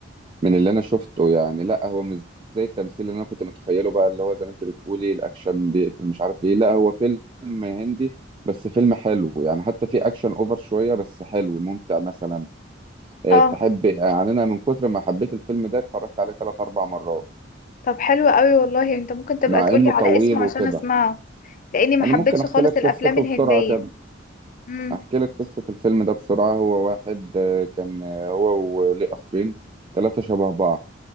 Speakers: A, on the right; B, on the left.
A: من اللي انا شفته يعني لا هو مش زي التمثيل اللي انا كنت متخيله بقى اللي هو زي ما انت بتقولي الاكشن بيقتل مش عارف ايه لا هو فيلم هندي بس فيلم حلو يعني حتى في اكشن اوفر شويه بس حلو ممتع مثلا آه،
B: اه
A: تحب يعني انا من كتر ما حبيت الفيلم ده اتفرجت عليه ثلاث اربع مرات
B: طب حلو قوي والله انت ممكن تبقى
A: مع
B: تقولي
A: انه
B: على
A: طويل
B: اسمه
A: وكده
B: عشان اسمعه لاني ما حبيتش
A: انا ممكن احكي
B: خالص
A: لك
B: الافلام
A: قصته
B: الهندية
A: بسرعه كده
B: امم
A: احكي لك قصه الفيلم ده بسرعه هو واحد آه، كان آه، هو وليه اخين ثلاثه شبه بعض